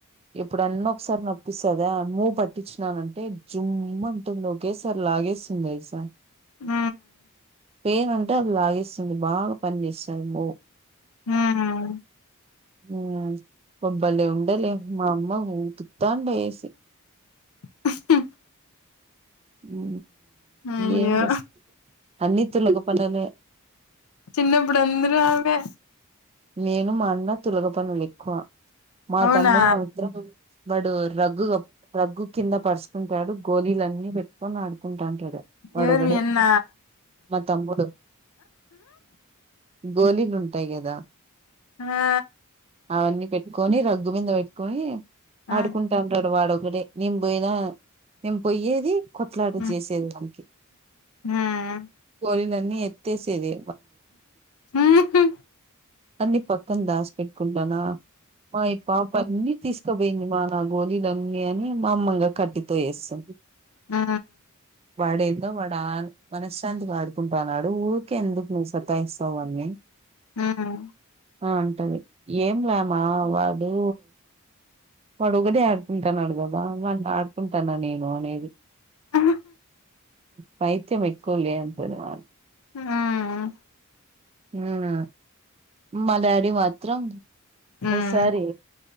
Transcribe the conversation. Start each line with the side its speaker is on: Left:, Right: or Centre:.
Right: ఎప్పుడన్నా ఒకసారి నొప్పిస్తదా మూ పట్టించినానంటే జుమ్ అంటుంది ఒగేసారి లాగేస్తుందియిసార్
Left: ఉ
Right: పెయిన్ అంటే అది లాగేస్తుంది బాగా పని చేస్తుంది మో
Left: ఉ
Right: ఉ బ్బ బలే ఉండలే మా అమ్మఊ దండేసి
Left: <unintelligible>
Right: ఉ
Left: అయ్యో
Right: ఏం చేస్తావ్ అన్ని తులగ పనులే
Left: చిన్నప్పుడు అందరు ఆవే
Right: నేను మా అన్న తులగ పనులు ఎక్కువ మా
Left: అవునా
Right: తమ్ముడు మాత్రం బడు రగ్గు రగ్గు కింద పరుచుకుంటాడు గోలీలన్నీ పెట్టుకొని ఆడుకుంటాడు అంటద వాడు
Left: ఎవరివి
Right: ఒకడే
Left: అన్న
Right: మ తమ్ముడు గోలీ ను ఉంట అంతే కదా
Left: ఆ
Right: అవన్నీ పెట్టుకొని రగ్గు కింద పెట్ పెట్టుకొన్ని ఆడుకుంటా
Left: ఆ
Right: ఉంటాడు వాడు ఒకడే నింపోయినా నిం పోయ్యేది కొట్లాట
Left: ఉమ్
Right: చేసే దానికి
Left: ఉమ్
Right: కోరిన అన్ని ఏతేసేది
Left: ఉహు
Right: అన్ని పక్కన దాసి పెట్టుకుంటానా మా ఈ పాప అన్ని తీసుకోపోయింది మా నాకు గోలీలన్న అని మా అమ్మగా కట్టితో వేస్తుంది
Left: ఆ
Right: వాడేదో వాడు మనశ్శాంతిగా ఆడుకుంటాన్నాడు ఊరికే ఎందుకు నువ్వు సతాయిస్తావని
Left: ఉహు
Right: ఆ అంటది ఏం లేమా వాడు వాడు ఒకడే ఆడుకుంటాన్నాడు కదా వాడిని ఆడుకుంటాను నేను అనేది
Left: ఆ
Right: పైత్యం ఎక్కువ లే అ
Left: ఆ
Right: అ మా డాడీ మాత్రం
Left: ఉమ్
Right: సార